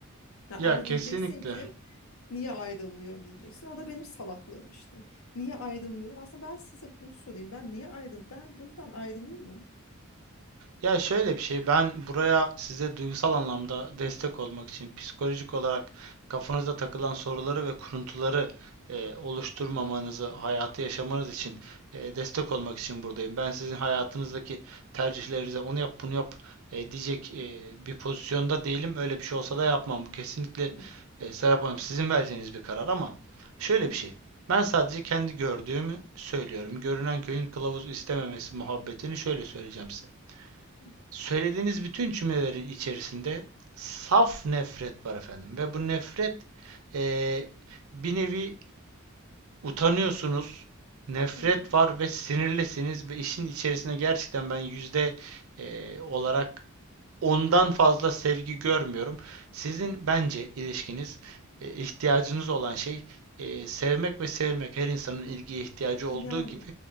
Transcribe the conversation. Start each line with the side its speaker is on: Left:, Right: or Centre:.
Left: Ha,
Right: ya
Left: ama
Right: kesinlikle.
Left: diyeceksin ki niye ayrılmıyorsun diyeceksin. O da benim salaklığım işte. Niye ayrılmıyorum? Aslında ben size bunu sorayım. Ben niye ayrıl? Ben bundan ayrılayım mı?
Right: Ya şöyle bir şey, ben buraya size duygusal anlamda destek olmak için psikolojik olarak kafanıza takılan soruları ve kuruntuları e, oluşturmamanızı, hayatı yaşamanız için e, destek olmak için buradayım. Ben sizin hayatınızdaki tercihlerinize onu yap bunu yap e, diyecek e, bir pozisyonda değilim. Öyle bir şey olsa da yapmam. Bu kesinlikle
Left: Hı,
Right: e, Serap Hanım sizin vereceğiniz bir karar ama şöyle
Left: hı,
Right: bir şey. Ben sadece kendi gördüğümü söylüyorum. Görünen köyün kılavuz istememesi muhabbetini şöyle söyleyeceğim size.
Left: hı,
Right: Söylediğiniz bütün cümlelerin içerisinde saf nefret var efendim ve bu nefret eee, bir nevi utanıyorsunuz, nefret
Left: hı.
Right: var ve sinirlisiniz ve işin içerisine gerçekten ben yüzde eee, olarak ondan fazla sevgi görmüyorum. Sizin bence ilişkiniz e, ihtiyacınız olan şey e, sevmek ve sevilmek. Her insanın ilgiye ihtiyacı
Left: E,
Right: olduğu
Left: Yani.
Right: gibi